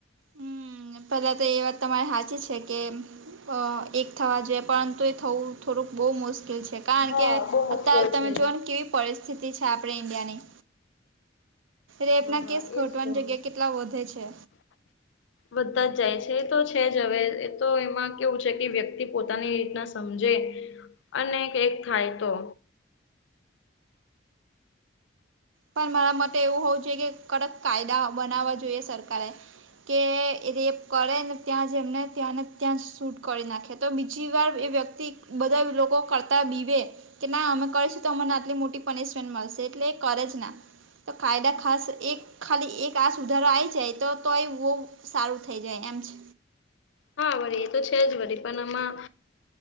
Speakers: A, on the right; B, on the left.
A: હમ પહેલા તો એ વાત તમારે સાચી છે કે અ એક થવા જોઈએ પરંતુ એ થવું થોડુંક બહુ મુશ્કેલ છે. કારણ
B: હા
A: કે
B: બહુ મુશ્કેલ
A: અત્યારે તમે
B: છે
A: જોઓ ને કેવી પરિસ્થિતિ છે આપણે ઈન્ડિયાની રેપ
B: હા
A: ના
B: હા
A: કેસ ઘટવાની
B: એજ તો
A: જગ્યા કેટલા વધે છે.
B: વધતા જ જાય છે એ તો છે જ હવે એ તો એમાં કેવું છે કે વ્યક્તિ પોતાની રીતના સમજે અને કેક થાય તો.
A: પણ મારા મતે એવું હોવું જો કે કડક કાયદા બનાવવા જોઈએ સરકારે. કે રેપ કરેને ત્યાં જ એમને ત્યાંને ત્યાં જ સૂટ કરી નાખે તો બીજી વાર એ વ્યક્તિ બધા લોકો કરતા બીવે. કે ના અમે કરીશું તો અમને આટલી મોટી પનિશમેન્ટ મળશે એટલે કરે જ ના તો કાયદા ખાસ એક ખાલી એક આ સુધારો આવીઈ જાય તો તો બહુ સારું થઈ જાય એમ છે.
B: હા વળી એ તો છે જ વળી પણ આમાં.